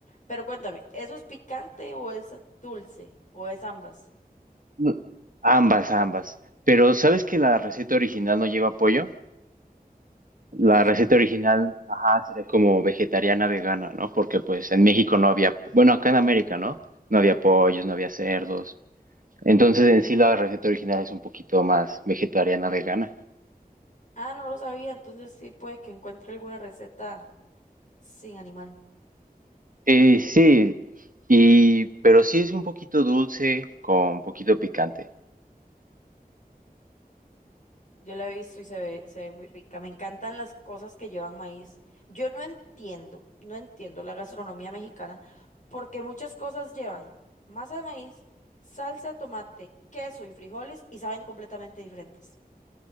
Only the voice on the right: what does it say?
No, Ambas, ambas. Pero ¿sabes que la receta original no lleva pollo?
La
receta original, ajá, sería como vegetariana vegana, ¿no? Porque pues en México no había, bueno, acá en América, ¿no? No había pollos, no había cerdos. Entonces en sí la receta original es un poquito más vegetariana vegana.
Y sí, y pero sí es un poquito dulce con poquito picante.